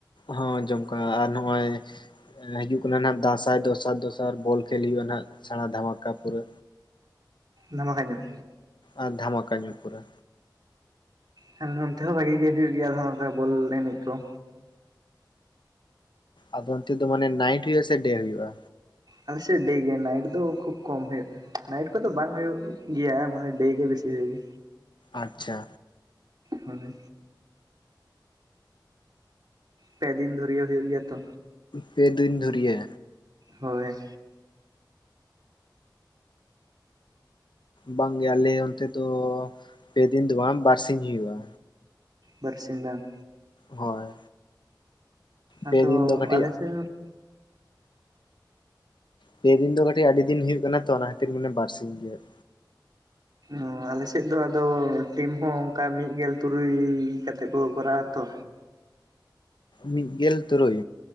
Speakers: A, on the left (about 75°); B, on the right (about 60°).
A: ᱦᱚᱸ ᱡᱚᱢᱠᱟᱣ ᱟᱨ ᱱᱚᱜᱼᱚᱭ ᱦᱤᱡᱩᱜ ᱠᱟᱱᱟ ᱱᱟᱜ ᱫᱟᱸᱥᱟᱭ ᱫᱚᱥᱟᱨ ᱫᱚᱥᱟᱨ ᱵᱚᱞ ᱠᱷᱮᱞ ᱦᱩᱭᱩᱜᱳᱼᱟ ᱱᱟᱜ ᱥᱮᱬᱟ ᱫᱷᱟᱢᱟᱠᱟ ᱯᱩᱨᱟᱹ
B: ᱫᱷᱟᱢᱟᱠᱟ ᱧᱚᱜ
A: ᱟᱨ ᱫᱷᱟᱢᱟᱠᱟ ᱧᱚᱜ ᱯᱩᱨᱟᱹ
B: ᱦᱮᱸ ᱱᱚᱱᱛᱮ ᱦᱚᱸ ᱵᱷᱟᱜᱤ ᱜᱮ ᱦᱩᱭᱩᱜ ᱜᱮᱭᱟ ᱦᱚᱸ ᱱᱚᱝᱠᱟ ᱵᱚᱞ ᱮᱱᱮᱡ ᱠᱚ
A: ᱟᱫᱚ ᱚᱱᱛᱮ ᱫᱚ ᱢᱟᱱᱮ ᱱᱟᱭᱤᱴ ᱦᱩᱭᱩᱜᱼᱟ ᱥᱮ ᱰᱮ ᱦᱩᱭᱩᱼᱟ
B: ᱟᱞᱮ ᱥᱮᱫ ᱰᱮ ᱜᱮ ᱱᱟᱭᱤᱴ ᱫᱚ ᱠᱷᱩᱵᱽ ᱠᱚᱢ ᱦᱩᱭᱩᱜᱼᱟ ᱱᱟᱭᱤᱴ ᱠᱚ ᱫᱚ ᱵᱟᱝ ᱦᱩᱭᱩᱜ ᱜᱮᱭᱟ ᱢᱟᱱᱮ ᱰᱮ ᱜᱮ ᱵᱮᱥᱤ ᱦᱩᱭᱩᱜ ᱜᱮ
A: ᱟᱪᱪᱷᱟ
B: ᱢᱟᱱᱮ ᱯᱮ ᱫᱤᱱ ᱫᱷᱩᱨᱤᱭᱟᱹ ᱦᱩᱭᱩᱜ ᱜᱮᱭᱟ ᱛᱚ
A: ᱯᱮ ᱫᱤᱱ ᱫᱷᱩᱨᱭᱟᱹ
B: ᱦᱳᱭ
A: ᱵᱟᱝ ᱜᱮ ᱟᱞᱮ ᱚᱱᱛᱮ ᱫᱚ ᱯᱮ ᱫᱤᱱ ᱫᱚ ᱵᱟᱝ ᱵᱟᱨ ᱥᱤᱧ ᱦᱩᱭᱩᱜᱼᱟ
B: ᱵᱟᱨ ᱥᱤᱧ ᱵᱟᱝ
A: ᱦᱳᱭ ᱯᱮ
B: ᱟᱫᱚ
A: ᱫᱤᱱ ᱫᱚ ᱠᱟᱹᱴᱤᱡ
B: ᱟᱞᱮ ᱥᱮᱫ ᱦᱚᱸ
A: ᱯᱮ ᱫᱤᱱ ᱫᱚ ᱠᱟᱹᱴᱤᱡ ᱟᱹᱰᱤ ᱫᱤᱱ ᱦᱩᱭᱩᱜ ᱠᱟᱱᱟ ᱛᱚ ᱚᱱᱟ ᱠᱷᱟᱹᱛᱤᱨ ᱢᱟᱱᱮ ᱵᱟᱨ ᱥᱤᱧ ᱨᱮᱭᱟᱜ
B: ᱚ ᱟᱞᱮ ᱥᱮᱫ ᱫᱚ ᱟᱫᱚ ᱴᱤᱢ ᱦᱚᱸ ᱚᱱᱠᱟ ᱢᱤᱫ ᱜᱮᱞ ᱛᱩᱨᱩᱭ ᱠᱟᱛᱮᱜ ᱠᱚ ᱠᱚᱨᱟᱣᱟ ᱛᱚ
A: ᱢᱤᱫ ᱜᱮᱞ ᱛᱩᱨᱩᱭ